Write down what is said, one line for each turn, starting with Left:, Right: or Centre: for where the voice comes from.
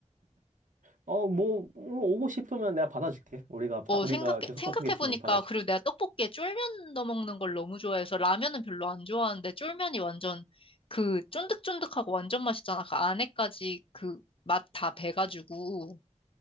Right: 어, 뭐, 뭐 오고 싶으면 내가 받아줄게. 우리가 바-
Left: 어,
Right: 우리가
Left: 생각해,
Right: 즉석
Left: 생각해보니까,
Right: 떡볶이 팀이 받아줄게.
Left: 그리고 내가 떡볶이에 쫄면 넣어 먹는 걸 너무 좋아해서 라면은 별로 안 좋아하는데, 쫄면이 완전 그 쫀득쫀득하고 완전 맛있잖아. 그 안에까지 그 맛 다 배가지고,